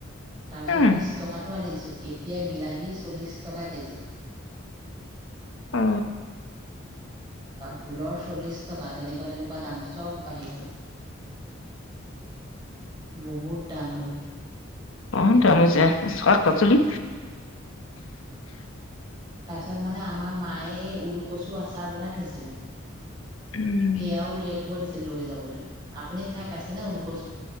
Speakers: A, on the right; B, on the left.
A: তাৰ পিছত
B: উম
A: বিশ টকাাতটো আনিছো এতিয়া বিলাহী চল্লিছ টকা কেজি
B: অ
A: ভোুলৰ চল্লিশ টকা তেনেকুৱা তেনেকুৱা দাম চব বাঢ়ি গ'ল বহুত দাম হ'ল।
B: অ' দাম হৈছে <unintelligible> পাচলি।
A: তাৰপিছত মানে আমাৰ মায়ে এই ওলকচু আচাৰ বনাই থৈছিলে।
B: উম
A: সেয়াও উলিয়াই থব দিছিল লৈ যাবলে। আপুনি খাই পাইছে নে <unintelligible>